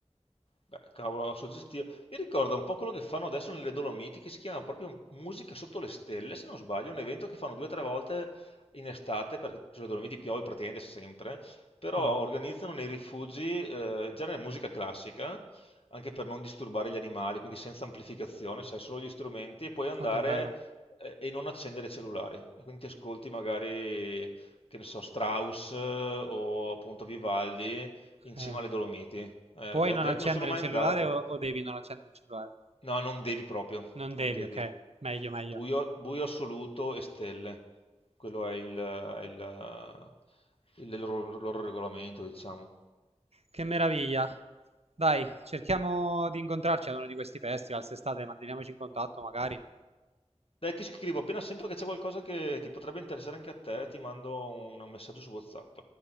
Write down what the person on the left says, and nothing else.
Beh, cavolo, suggestivo. Mi ricorda un po' quello che fanno adesso nelle Dolomiti, che si chiama proprio Musica sotto le stelle, se non sbaglio, un evento che fanno due o tre volte in estate, perché sulle Dolomiti piove praticamente sempre, però
organizzano nei rifugi, eh, in genere musica classica, anche per non disturbare gli animali, quindi senza amplificazione, sai, solo gli strumenti, e puoi andare,
eh, e non accendere i cellulari. E quindi ti ascolti magari, che ne so, Strauss eh, o appunto Vivaldi in
cima alle Dolomiti. Eh,
de-
de-
non sono mai
andato.
No, non devi proprio,
non
devi.
Buio, buio assoluto e stelle. Quello è il, è il- il loro, loro regolamento, diciamo.
Dai, ti scrivo, appena sento che c'è qualcosa che ti potrebbe interessare anche a te, ti mando un messaggio su WhatsApp.